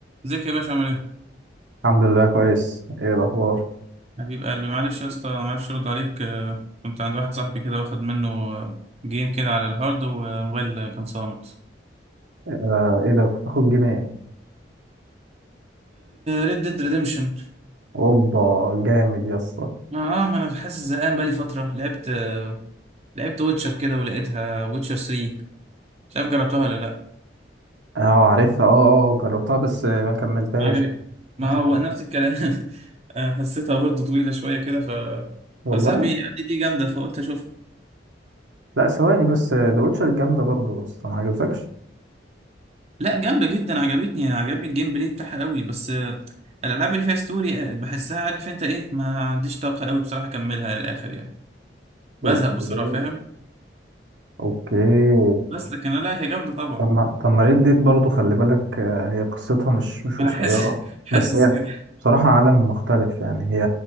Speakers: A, on the right; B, on the right.
A: ازيك يا باشا عامل ايه؟
B: الحمد لله كويس ايه الاخبار
A: حبيب قلبي معلش يا اسطى معرفش ارد عليك آه، كنت عند واحد صاحبي كده واخد منه آه، جيم كده على الهارد والموبايل آه، كان صامت
B: آه ايه ده كنت باخد جيم إيه؟
A: ريد ديد ريديمشن اه Red Dead
B: اوبا جامد يا اسطى
A: Redemption. آه، آه، ما انا حاسس زهقان بقالي فترة لعبت آه، لعبت ويتشر كده ولقيتها ويتشر 3 مش عارف جربتها ولا لا
B: اه عارفها اه اه جربتها بس ما كملتهاش
A: ما عجبت ما
B: ما ختمتهاش
A: هو نفس الكلام <laughs> آه، حسيتها برضه طويلة شوية كده ف
B: والله
A: فصاحبي قال لي دي جامدة فقلت اشوف
B: لا ثواني بس ذا ويتشر جامده برضه بس ما عجبتكش
A: لا جامدة جدا عجبتني عجبني الجيم بلاي بتاعها قوي بس آه، الألعاب اللي فيها ستوري آه، بحسها عارف انت ايه ما عنديش طاقة قوي بصراحة أكملها للآخر يعني بزهق
B: اوكي
A: بسرعة فاهم
B: اوكي
A: بس لكن لا هي جامدة طبعا
B: طب ما طب ما ريد ديد برضه خلي بالك آه، هي قصتها مش مش
A: أنا
B: قصيره
A: حاسس <laughs> حاسس
B: بس هي
A: كده
B: بصراحه عالم مختلف يعني هي